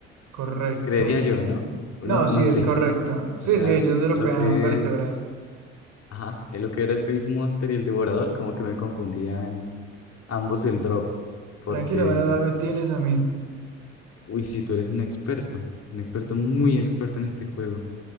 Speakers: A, on the right; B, on the left.
A: correcto.
B: Creería yo, ¿no? No,
A: No,
B: no
A: sí,
B: sé.
A: es correcto. Sí,
B: O sea,
A: sí, ellos european
B: lo que
A: vértebras.
B: es... Ajá, eh, lo que era el Face Monster y el Devorador, como que me confundían ambos el drop, porque
A: Tranquilo, menos mal me tienes a mí.
B: Uy, sí, tú eres un experto, un experto muy experto en este juego.